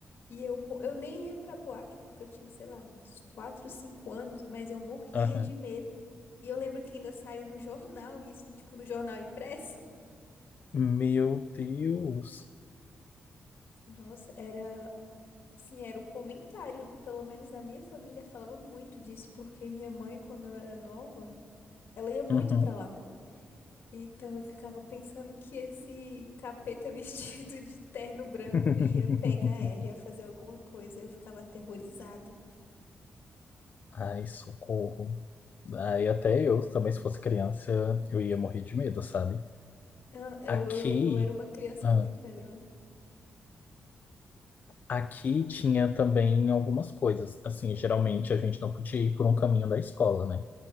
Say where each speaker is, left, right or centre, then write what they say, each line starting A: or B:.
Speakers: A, on the left; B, on the left.
A: E eu, mo- eu nem ia pra boate, porque eu tinha, sei lá, uns 4, 5 anos, mas eu morria
B: Aham.
A: de medo. E eu lembro que ainda saiu no jornal isso, tipo, no jornal impresso.
B: Meu Deus.
A: Nossa, era, sim, era o comentário, pelo menos na minha família falava muito disso, porque minha mãe, quando ela era nova, Ela ia muito
B: Uhum.
A: pra lá. Então eu ficava pensando que esse capeta <laughs> vestido de terno branco
B: <laughs>
A: ia pegar ela, ia fazer alguma coisa. Eu ficava aterrorizada.
B: Ai, socorro. Aí até eu também, se fosse criança, eu ia morrer de medo, sabe?
A: Ah, Eu,
B: Aqui.
A: eu, eu era uma criança
B: ah,
A: muito medrosa.
B: Aqui
A: <laughs>
B: tinha também algumas coisas. Assim, geralmente a gente não podia ir por um caminho da escola, né?